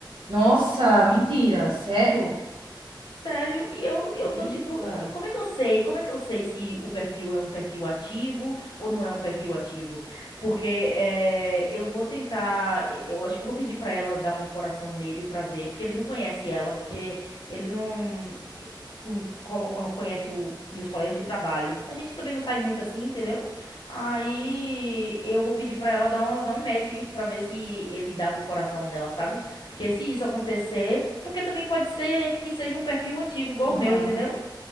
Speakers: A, on the right; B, on the left.
A: Nossa, mentira, sério?
B: Sério, e eu, eu
A: Eita.
B: tô tipo, eh, como é que eu sei? Como é que eu sei se o perfil é um perfil ativo ou não é um perfil ativo? Porque eh, eu vou tentar, eh, eu acho que eu vou pedir pra ela dar um coração nele pra ver, porque ele não conhece ela, porque ele não, não co- não conhece o- meus colegas de trabalho. A gente também não sai muito assim, entendeu? Aí eu vou pedir pra ela dar um, dar um match pra ver se ele dá um coração nela, sabe? Porque se isso acontecer, porque também pode ser que seja um perfil antigo igual
A: Aham.
B: o meu, entendeu?